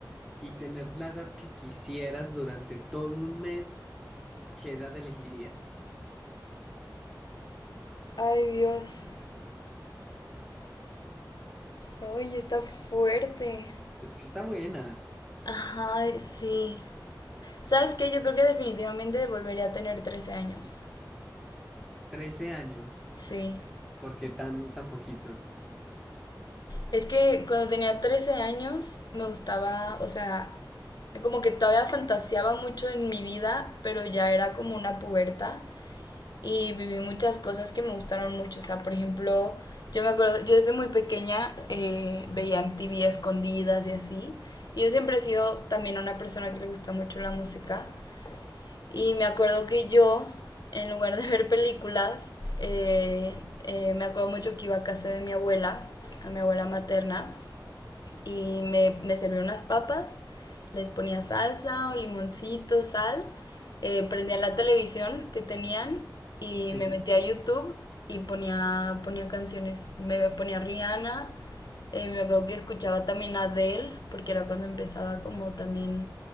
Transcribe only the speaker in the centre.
y tener la edad que quisieras durante todo un mes, ¿qué edad elegirías?
Es que está buena,
trece años,
¿Por qué tan, tan poquitos.
Sí,